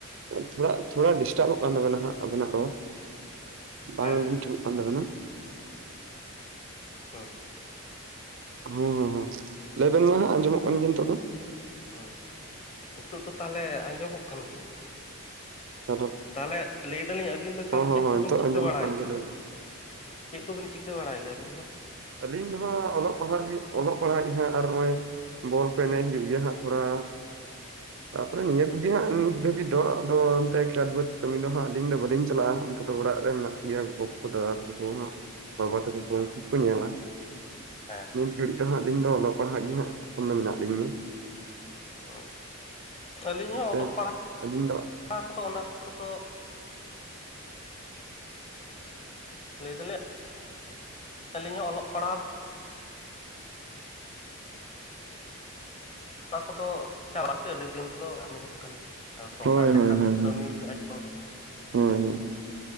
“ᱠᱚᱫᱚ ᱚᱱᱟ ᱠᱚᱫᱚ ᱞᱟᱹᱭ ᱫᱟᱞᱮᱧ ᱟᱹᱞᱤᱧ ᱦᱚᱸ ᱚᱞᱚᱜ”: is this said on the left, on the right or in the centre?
Left